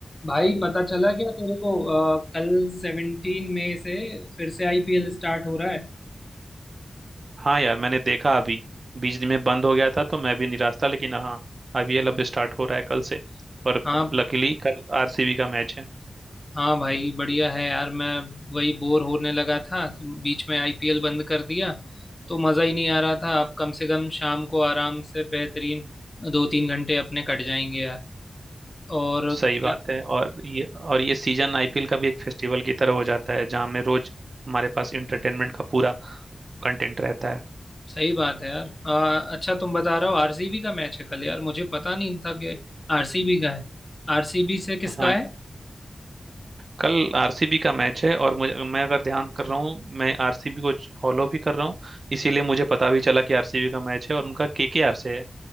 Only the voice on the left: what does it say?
भाई पता चला क्या तेरे को अ, कल सेवनटीन मई से फिर से आईपीएल स्टार्ट हो रहा है
हाँ
हाँ भाई बढ़िया है यार मैं वही बोर होने लगा था बीच में आईपीएल बंद कर दिया तो मज़ा ही नहीं आ रहा था अब कम से कम शाम को आराम से बेहतरीन दो तीन घंटे अपने कट जाएंगे यार और
क्या
सही बात है यार अ, अच्छा तुम बता रहे हो आरसीबी का मैच है कल यार मुझे पता नहीं था कि आरसीबी का है आरसीबी से किसका
है